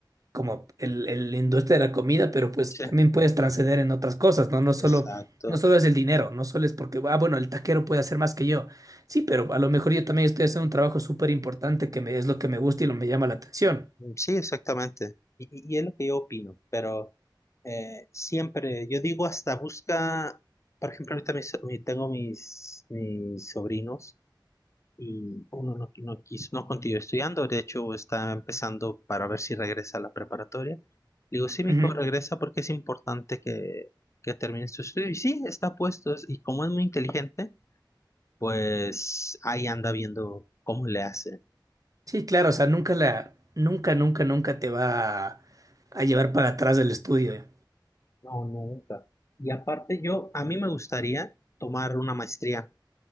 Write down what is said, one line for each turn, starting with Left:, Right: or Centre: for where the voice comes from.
Right: como el, el- la industria de la comida, pero pues
Left: Sí,
Right: también puedes trascender en otras cosas, ¿no? No solo,
Left: exacto.
Right: no solo es el dinero, no solo es porque, ah, bueno, el taquero puede hacer más que yo. Sí, pero a lo mejor yo también estoy haciendo un trabajo súper importante que me, es lo que me gusta y lo me llama la atención.
Left: Mm, Sí, exactamente. Y, y- y es lo que yo opino, pero eh, siempre, yo digo hasta busca, por ejemplo, ahorita mis- mi- tengo mis, mis sobrinos y uno no, no quiso, no continuó estudiando, de hecho está empezando para ver si regresa a la preparatoria. Le digo, sí, mi
Right: Ujú.
Left: hijo regresa porque es importante que, que termine su estudio. Y sí, está puesto, es- y como es muy inteligente, pues ahí anda viendo cómo le hace.
Right: Sí, claro, o sea, nunca la, nunca, nunca, nunca te va a, a llevar para atrás del estudio.
Left: No, nunca. Y aparte yo, a mí me gustaría tomar una maestría